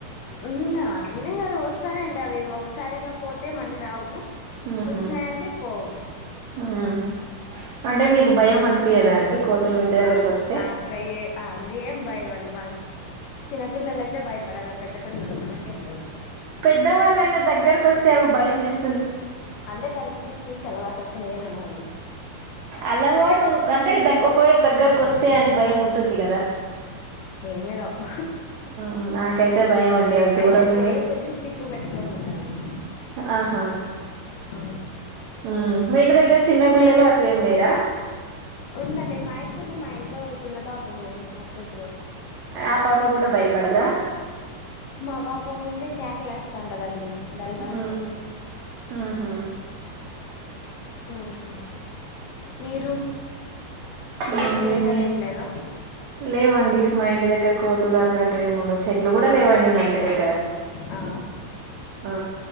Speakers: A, on the left; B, on the right.
A: ఉన్న అట్లనేం కాదు వస్తానంటవేమో ఒకసారిగా పోతే మళ్ళీ రావు
B: ఉహు
A: వచ్చినాయంటే పోవు
B: ఉమ్ అంటే మీకు భయం అనిపీయదా అండి కోతులు ఇంటి దగ్గరకు
A: అ
B: వస్తే
A: అట్లా ఏ అ అండి ఏం భయం అండి మనం చిన్నపిల్లలయితే భయపడాల పెద్ద పిల్లలు మనకేం భయం
B: పెద్దవాళ్ళయినా దగ్గరకు వస్తే అది భయం వేస్
A: అంటే దాన్ని చూసి చూసి అలవాటు అసలు ఏం అనవని
B: అలవాటు అంటే ఒకవేళ దగ్గరకు వస్తే అని భయం ఉంటుంది కదా
A: ఏమి రావు
B: ఆ నాకైతే భయం అండి అ దూరంగా
A: అయితే పోయే కొద్ది స్టిక్ పెట్టుకొని ఉండాలా
B: ఆహా
A: ఆ
B: ఉమ్ మీ ఇంటి దగ్గర చిన్న పిల్లలు అట్లేం లేరా
A: ఉందండి మా ఇంట్లోనే మా ఇంట్లో చిన్న పాప ఉంది మా కూతురు
B: ఆ పాప కూడా భయపడదా
A: మా పాప ముందే కేకలు వేస్తా ఉంటదండి నన్ను
B: మ్మ్
A: చూసి
B: మ్మ్ హ్మ్
A: మ్ మీరు
B: మ్మ్
A: మీ ఇంటి
B: ఏమి
A: దగ్గర ఏం లేద
B: లేవండి మా ఇంటి దగ్గర కోతులు అట్లాంటివేమి ఉండవు చెట్లు కూడా లేవండి మా ఇంటి దగ్గర
A: ఆ
B: ఆ